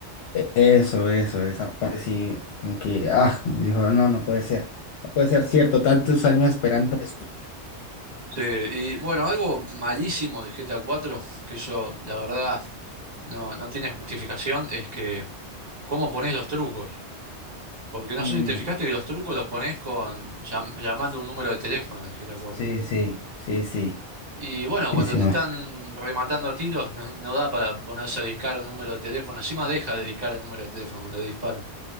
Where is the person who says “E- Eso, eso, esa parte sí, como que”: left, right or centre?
Left